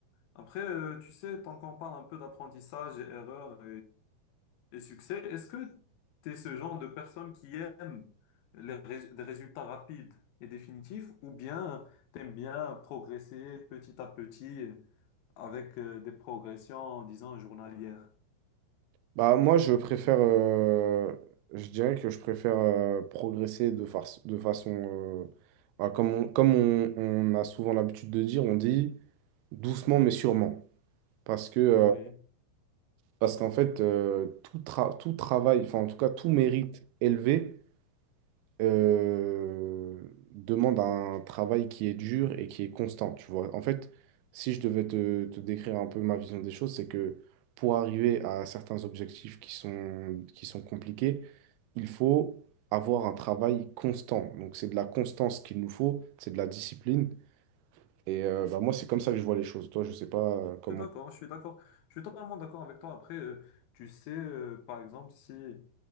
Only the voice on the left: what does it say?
Après, euh, tu sais, tant qu'on parle un peu d'apprentissage et erreur et succès. Est-ce que tu es ce genre de personne qui aime les rés- des résultats rapides et définitifs ou bien tu aimes bien progresser petit à petit avec euh, des progressions, disons, journalières?
Oui,
je suis d'accord, je suis d'accord. Je suis totalement d'accord avec toi. Après, euh, tu sais, euh, par exemple, si